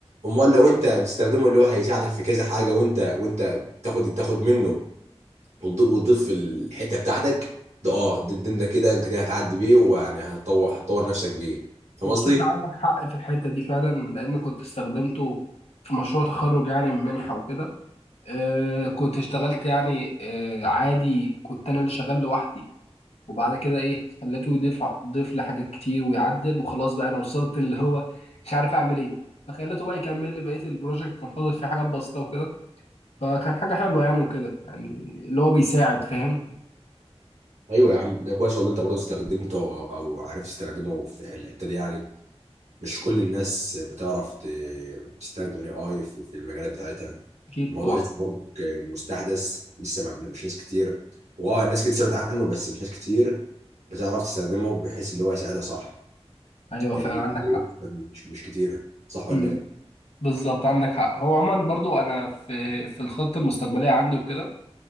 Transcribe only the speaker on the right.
امال لو انت بتستخدمه اللي هو هيساعدك في كذا حاجه وانت وانت تاخد تاخد منه وتض- وتضيف الحته بتاعتك ده اه ده ده- ده كده انت كده هتعدي بيه ويعني هتطور هتطور نفسك بيه فاهم
قصدي؟
ايوه يا عم ده كويس والله انت برضه استخدمته او او أو عرفت تستخدمه في الحته دي يعني مش كل الناس بتعرف ت- تستخدم الاي اي في في المجالات بتاعتها
الموضوع
لسه برضه مستحدث لسه ما- مش ناس كتير واه ناس كتير سمعت عنه بس مش ناس كتير بتعرف تستخدمه بحيث اللي هو يساعدها صح
ال-
مش مش كتيره صح ولا
ايه؟